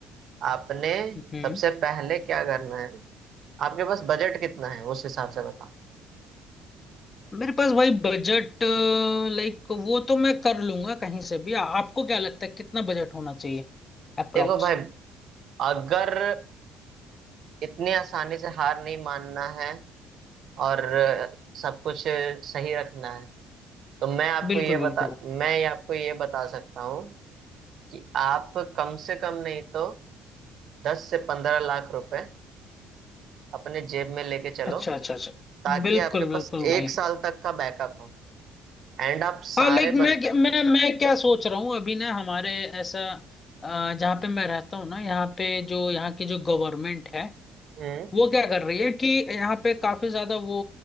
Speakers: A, on the right; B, on the left.
A: आपने
B: हम्म
A: सबसे पहले क्या करना है आपके पास बजट कितना है उस हिसाब से बताओ
B: मेरे पास भाई बजट लाइक वो तो मैं कर लूंगा कहीं से भी आ, आपको क्या लगता है कितना बजट होना चाहिए अप्रोक्स
A: देखो भाई अगर इतने आसानी से हार नहीं मानना है और सब कुछ सही रखना है तो मैं आपको
B: बिल्कुल
A: ये
B: बिल्कुल
A: बता मैं ये आपको ये बता सकता हूँ कि आप कम से कम नहीं तो दस से पंद्रह लाख रुपए अपने जेब में लेके चलो
B: अच्छा अच्छा अच्छा
A: ताकि
B: बिल्कुल
A: आपके
B: बिल्कुल
A: पास
B: भाई
A: एक साल तक का बैकअप हो एंड आप सारे
B: हाँ लाइक
A: बन
B: मैं क्या- मैं मैं क्या सोच रहा हूँ अभी ना हमारे ऐसा अ, जहाँ पे मैं रहता हूँ ना यहाँ पे जो यहाँ की जो गवर्नमेंट है
A: हम्म
B: वो क्या कर रही है कि यहाँ पे काफी ज्यादा वो